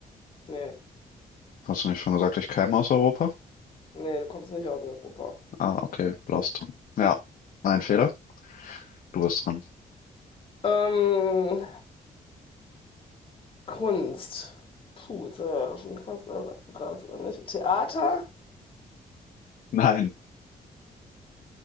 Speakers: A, on the left (about 35°); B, on the left (about 65°).
A: Nee,
B: Hast du nicht schon gesagt, ich käme aus Europa?
A: nee, du kommst nicht aus Europa.
B: Ah, okay, lost. Ja, mein Fehler. Du bist dran.
A: Ähm, Kunst. Puh, jetzt ja schon fast alles abgegrast, oder nicht? Theater?
B: Nein.